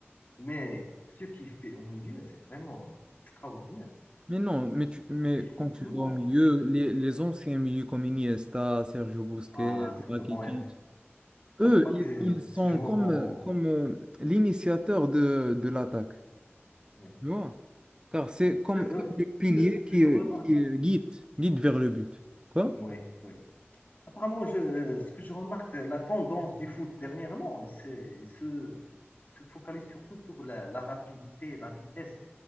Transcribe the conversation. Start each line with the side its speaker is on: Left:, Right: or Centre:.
Left: Mais ce qu'il fait au milieu, c'est vraiment extraordinaire.
Right: Mais non, mais, tu- mais
Left: Il fait jouer
Right: quand tu
Left: tout
Right: vas
Left: le monde.
Right: au milieu, les, les anciens milieux comme Iniesta, Sergio Busquets,
Left: Ah, c'est
Right: Rakitic,
Left: le bon. Et Je
Right: eux,
Left: pense pas
Right: ils,
Left: que
Right: ils sont
Left: ces joueurs
Right: comme,
Left: vont.
Right: euh, comme euh, l'initiateur de, de l'attaque,
Left: oui.
Right: tu vois? Car c'est comme
Left: Que, euh,
Right: eux le pilier
Left: que- ce
Right: qui,
Left: que je
Right: euh,
Left: remarque,
Right: qui euh, guide, guide vers le but. Quoi?
Left: oui, oui. Apparemment, je- ce que je remarque, la tendance du foot dernièrement, c'est, il se, il se focalise surtout sur la, la rapidité la vitesse.